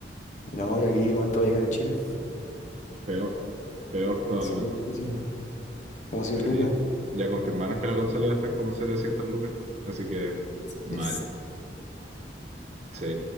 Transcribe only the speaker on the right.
Peor, peor probablemente.
Pero
sí, ya confirmaron que la consola va a estar como en 700 lucas. Así que, mal.
Sí,